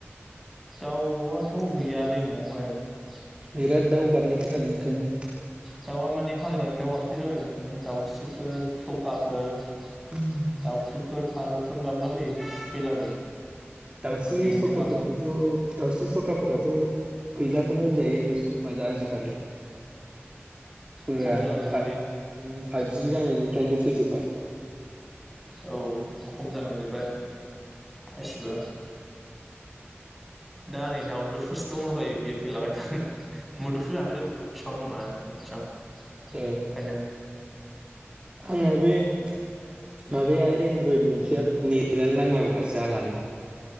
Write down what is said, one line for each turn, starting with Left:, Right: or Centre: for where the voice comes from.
Centre: दाउआथ' गैयालै न'आवहाय ।
Right: बिराद दाउगाबनाय खोनादों ओंखायनो ।
Centre: दाउआ माने हाग्रानि दाउ गाबफैला बायो बिदिनो दाउस्रिफोर, सखाफोर ।
Right: उम ।
Centre: दावथुफोर फारौफोर गाबलाबायो। फैलाबायो
Right: दाउस्रि
Centre: बेनो
Right: सखाफोरखौथ'
Centre: गाब
Right: दाउस्रि सखाफोराथ' गैलाखौनो होनजायो बे समाव दा आजिखालि। गैया
Centre: खम जालांजोब्बायलै
Right: फाइभ जि जानाय निफ्रायनो थैजोबबाय।
Centre: औ खम जालांजोबबाय गासिबो। दा नै दाउलुरफोरसो दंला बायो बिरफैला बायदों। मुदुमफुल जाफैदों मुदुमफुल। बिफां दंना न' खाथियाव
Right: ए
Centre: ओंखायनो
Right: आंना बे <inaudible> माबाया एनड्रइड मोनसेया नेटानो नांला ब्रा जालानो।